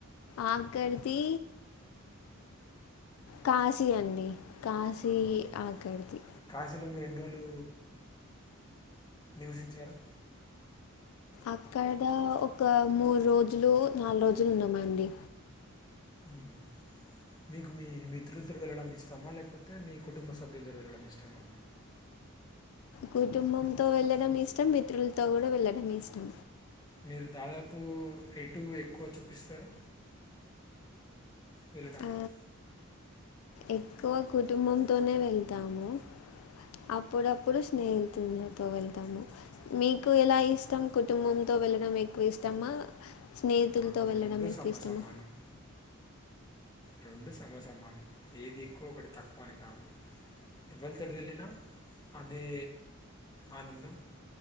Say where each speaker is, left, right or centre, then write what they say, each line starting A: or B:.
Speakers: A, on the left (about 80°); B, on the left (about 20°).
A: ఆకరిది కాశీ అండి కాశీ
B: ఆహా.
A: ఆకర్ది
B: కాశీలో మీరు ఎన్రోజులు నివసించారు
A: అక్కడ ఒక మూడు రోజులు నాలుగు రోజులు ఉన్నామండి
B: ఉహ్ మీకు మీ మిత్రులతోటి వెళ్ళడం ఇష్టమా లేకపోతే మీ కుటుంబ సభ్యులతోటి వెళ్ళడం ఇష్టమా
A: కుటుంబంతో వెళ్ళడం ఇష్టం మిత్రులతో కూడా వెళ్ళడం ఇష్టం
B: మీరు దాదాపు ఎటు ఎక్కువ చూపిస్తారు వెళ్ళటానికి
A: ఆ, ఎక్కువ కుటుంబంతోనే వెళ్తాము అప్పుడప్పుడు స్నేహిల్ తులతో వెళ్తాము మీకు ఎలా ఇష్టం కుటుంబంతో వెళ్ళడం ఎక్కువ ఇష్టమా స్నేహితులతో
B: మాకు
A: వెళ్ళడం
B: రెండు
A: మీకు
B: సమ
A: ఇష్టమా
B: సమానం రెండు సమసమానం ఏది ఎక్కువ ఒకటి తక్కువ అని కాదు ఎవళతోటి వెళ్ళినా అదే ఆనందం